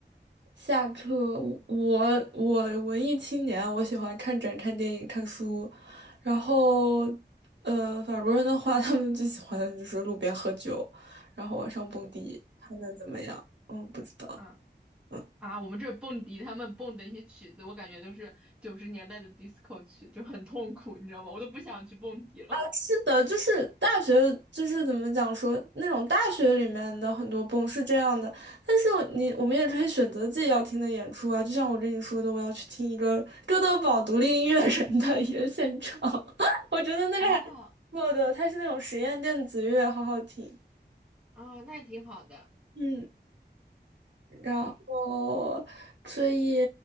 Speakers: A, on the right; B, in the centre.
A: 下课，我我文艺青年，我喜欢看展、看电影、看书，然后，呃，法国人的话，他们最喜欢的就是路边喝酒，然后晚上蹦迪，还能怎么样？嗯，不知道。
B: 啊？
A: 嗯，
B: 啊，我们这儿蹦迪他们蹦的那些曲子，我感觉都是九十年代的 disco 曲，就很痛苦，你知道吗？我都不想去蹦迪了。
A: 是的，就是大学，就是怎么讲说，那种大学里面的很多蹦是这样的，但是我你我们也可以选择自己要听的演出啊，就像我跟你说的，我要去听一个哥德堡独立音乐人的一个现场。<laughs> 我觉得那个还。
B: <laughs> 哦，
A: 做的，它是那种实验电子乐，好好听。
B: 哦，那挺好的。
A: 嗯，然后所以
B: 哎。